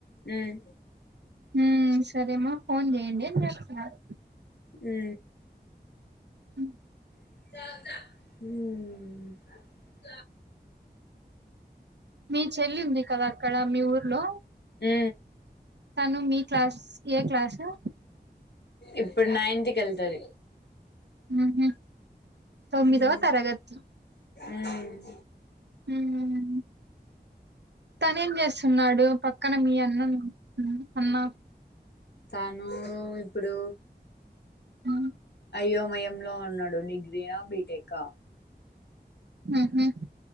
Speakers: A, on the left; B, on the right.
A: ఉమ్
B: ఉ సరే అమ్మ ఫోన్ చెయండి అని చెప్పినారు
A: ఉ
B: ఉ
A: ఉ
B: మీ చెల్లి ఉంది కదా అక్కడ మీ ఊర్లో
A: ఏ
B: తను మీ క్లాస్ ఏ క్లాసు
A: ఇప్పుడు నైన్త్కి వెళ్తది
B: ఉహు తొమ్మిదవ
A: ఉమ్
B: తరగతి
A: ఉమ్
B: ఉమ్ తనే ఏం చేస్తున్నాడు పక్కన మీ <inaudible> అన్మ
A: తను ఇప్పుడు
B: ఆ
A: అయ్యోమయంలో ఉన్నాడు డిగ్రీనా బీటెకా
B: ఉహు